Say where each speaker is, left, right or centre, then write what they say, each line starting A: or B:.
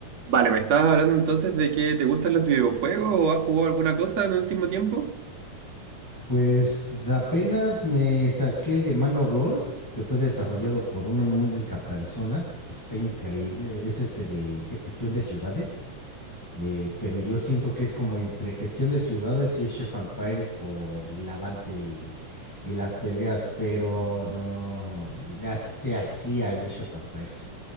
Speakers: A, on the right; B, in the centre.
A: Vale, me estabas hablando entonces de que te gustan los videojuegos o has jugado alguna cosa en el último tiempo.
B: Pues apenas me saqué el de Manor Lords, que fue desarrollado por una única persona, que está increíble. Es este de gestión de ciudades, eh, pero yo siento que es como entre gestión de ciudades y Age of Empires por el avance y, y las peleas, pero no las se hacía al Age of Empires,